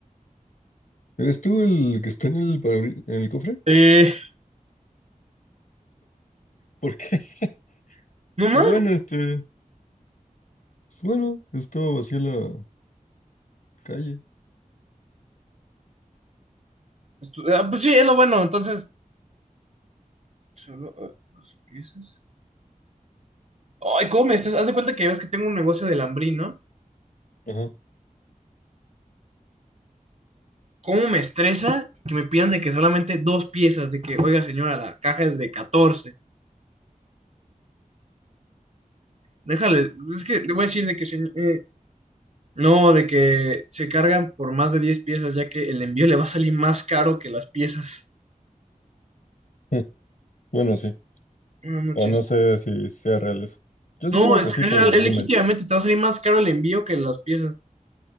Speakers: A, on the left; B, on the right.
A: ¿Eres tú el que está en el, parabrisa- en el cofre?
B: Eh,
A: ¿Por qué? <laughs>
B: ¿no más?
A: O bueno, este, pues bueno, esto vacía la calle.
B: Estu- ah, pues sí, es lo bueno. Entonces, solo eh, dos piezas. Ay, ¿cómo me estresas? Haz de cuenta que ves que tengo un negocio de lambrín, ¿no?
A: Ajá. <laughs>
B: ¿Cómo me estresa que me pidan de que solamente dos piezas? De que, oiga, señora, la caja es de catorce Déjale, es que le voy a decir de que... se- eh, no, de que se cargan por más de 10 piezas, ya que el envío le va a salir más caro que las piezas.
A: Mm, Bueno, sí.
B: Buenas noches.
A: O no sé si sea real eso. Yo supongo
B: No, es,
A: que sí
B: es
A: por
B: real,
A: el volumen.
B: es legítimamente, te va a salir más caro el envío que las piezas.